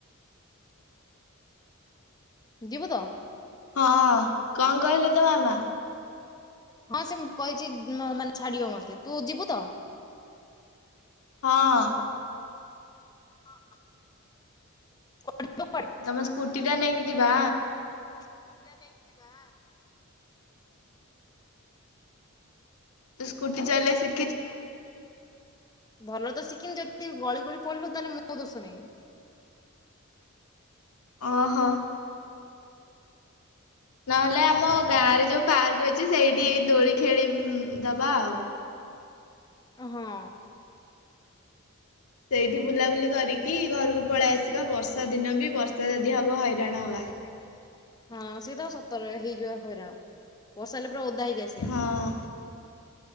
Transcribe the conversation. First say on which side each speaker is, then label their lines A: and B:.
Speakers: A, on the left (about 20°); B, on the left (about 80°).
A: ଯିବୁ ତ।
B: ହଁ କଣ କହିଲେ ତୋ ମାମା।
A: ହଁ ସେ କହିଛି ମାନେ ଛାଡିବ ମତେ ତୁ ଯିବୁ ତ।
B: ହଁ।
A: ହଁ। କୁଆଡେ ଜିବା କୁଆଡ଼େ।
B: ତମ ସ୍କୁଟି ଟା ନେଇକି ଯିବା।
A: ସ୍କୁଟି ଟା ନେଇକି ଯିବା।
B: ତୁ ସ୍କୁଟି ଚାଲେଇ ସି
A: ଭଲ ତ ଶିଖିନି ଯଦି ଗଳି ଗୁଳି ପଡିଲୁ ତାହେଲେ ମୁଁ ଦୋଷ ନାହିଁ କିନ୍ତୁ।
B: ଓହୋ।
A: ଅ।
B: ନହେଲେ ଆମ ଗାଁରେ ଯୋଉ ପାର୍କ ଅଛି ସେଇଠି ଦୋଳି ଖେଳି ଦବା ଆଉ।
A: ଅ ହଁ।
B: ସେଇଠି ବୁଲାବୁଲି କରିକି ଘରକୁ ପଳାଇ ଆସିବା ବର୍ଷା ଦିନ ବି ବର୍ଷା ଯଦି ହବ ହଇରାଣ ହବା।
A: ହଇରାଣ ହବା। ହଁ ସେତ ସତରେ ହେଇଯିବା ହଇରାଣ ବର୍ଷା ହେଲେ ପୁରା ଓଦା ହେଇକି ଆସିବା।
B: ହଁ।